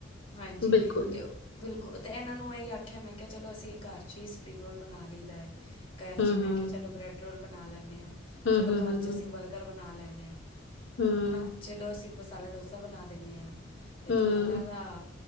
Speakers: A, on the left; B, on the left.
A: ਹਾਂਜੀ,
B: ਬਿਲਕੁਲ
A: ਤੇ ਉਹ ਬਿਲਕੁਲ, ਅਤੇ ਇਹਨਾਂ ਨੂੰ ਇਹੀ ਆਖਿਆ, ਮੈਂ ਕਿਹਾ, ਚਲੋ, ਅਸੀਂ ਇਹ ਘਰ 'ਚ ਹੀ ਸਪਰਿੰਗ ਰੋਲ ਬਣਾ ਲਈਦਾ ਹੈ। ਘਰ 'ਚ
B: ਹੂੰ-ਹੂੰ,
A: ਹੀ, ਮੈਂ ਕਿਹਾ, ਚਲੋ, ਬਰੈੱਡ ਰੋਲ ਬਣਾ ਲੈਂਦੇ ਹਾਂ।
B: ਹੂੰ-ਹੂੰ-ਹੂੰ-ਹੂੰ,
A: ਚਲੋ, ਘਰ 'ਚ ਅਸੀਂ ਬਰਗਰ ਬਣਾ ਲੈਂਦੇ ਹਾਂ।
B: ਹੂੰ,
A: ਹੈ ਚਲੋ, ਅਸੀਂ ਮਸਾਲਾ ਡੋਸਾ ਬਣਾ ਦਿੰਦੇ ਹਾਂ, ਲੇਕਿਨ
B: ਹੂੰ,
A: ਇਹਨਾਂ ਦਾ